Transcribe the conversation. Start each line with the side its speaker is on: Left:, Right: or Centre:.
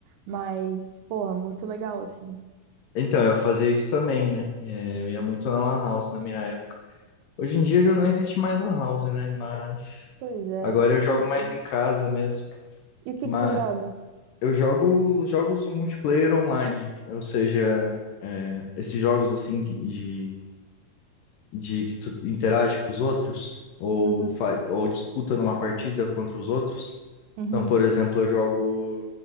Right: Mas, porra, muito legal, assim.
Left: Então, eu fazia isso também, né? É, eu ia muito na Lan House na minha época. Hoje em dia já não existe mais lan house, né? Mas
Right: Pois é,
Left: agora eu jogo
Right: que loucura.
Left: mais em casa mesmo.
Right: E o que
Left: Mas
Right: que você joga?
Left: eu jogo jogos multiplayer online, ou seja, é, esses jogos assim de, de que tu interage com os outros ou,
Right: Uhum,
Left: fa- ou disputa numa partida contra os outros.
Right: uhum,
Left: Então, por exemplo, eu jogo